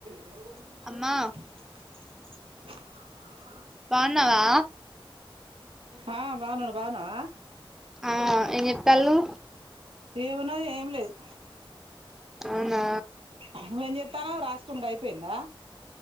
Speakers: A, on the right; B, in the centre.
A: ఎవరూ <unintelligible>
B: అమ్మా బావున్నావా
A: ఆ బాగున్నాను బాగున్నావా
B: ఆ ఏం చేత్తాళ్లు
A: ఏమున్నది ఏం లేదు
B: అవునా
A: నువ్వేం చేస్తానవు రాసుకునుడు అయిపోయిందా